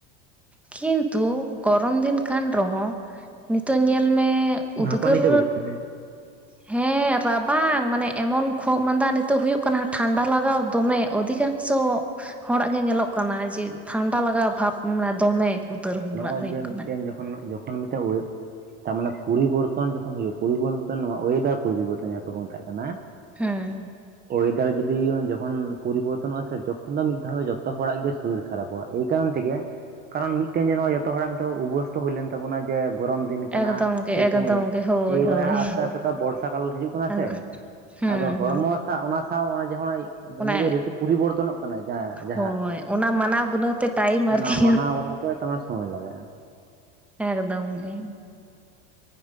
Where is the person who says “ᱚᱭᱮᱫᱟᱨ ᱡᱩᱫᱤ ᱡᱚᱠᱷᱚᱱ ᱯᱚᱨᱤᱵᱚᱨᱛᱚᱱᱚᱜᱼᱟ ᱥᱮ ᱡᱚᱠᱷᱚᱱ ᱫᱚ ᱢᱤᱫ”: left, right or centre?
Right